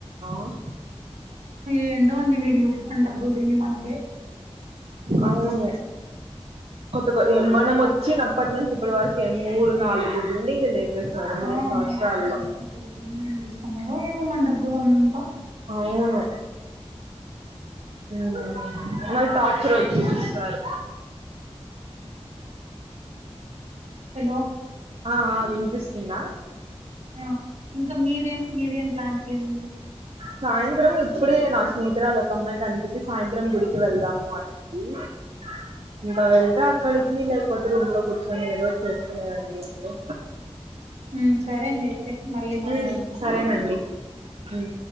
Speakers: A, on the right (about 65°); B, on the right (about 85°).
A: ఆవ్
B: ఏంటో అండి వీళ్లు మన డబ్బులు తిని మనకే అంత
A: అవునులే కొత్త కో మనం వచ్చినప్పటి నుంచి ఇప్పటి వరకె మూడు నాలుగు బిల్డింగ్ లే పేసినారు మూడు
B: ఆ
A: సంవత్సరాల్లో
B: మన డబ్బులు అంతా ఏం చేస్సన్నారో ఏమో మన డబ్బులు అంతా
A: అవును మ్మ్ మళ్ళీ టార్చర్
B: ఇంకేంటండి
A: రోజు చూపిస్తారు
B: హెలో
A: ఆ ఆ విన్పిస్తుందా
B: ఆ ఇంకా మీరేం మీరేం ప్లాన్ చేంజ్
A: సాయంత్రం ఇప్పుడే నా స్నేహితురాలు ఒక అమ్మాయి కనిపించి సాయంత్రం గుడికి వెళ్దాము అని ఆ ఇంకా వెళ్తే అక్కడికి లేకపోతే రూమ్ లో కూర్చొని ఏదో చేసుకునేదాన్ని అంటే
B: హ్మ్ సరే అండి అయితే మళ్ళీ మాట్లాడుదాం
A: ఉమ్ సరేనండి ఉమ్